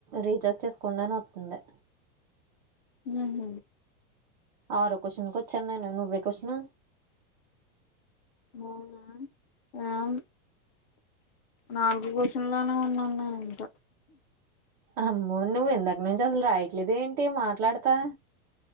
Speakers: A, on the right; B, on the left.
A: రీచార్జ్ చేసుకోండా అని తంది
B: ఉమ్
A: ఆరో క్వశ్చన్కి వచ్చాను నేను నువ్వే క్వశన్
B: అవునా అవును నాలుగో క్వశచన్లోనే ఉన్నాను నేను ఇంకా
A: అమ్మో నువ్వు ఎందకు నుంచి అసలు రాయట్లేద ఏంటి మాట్లాడతా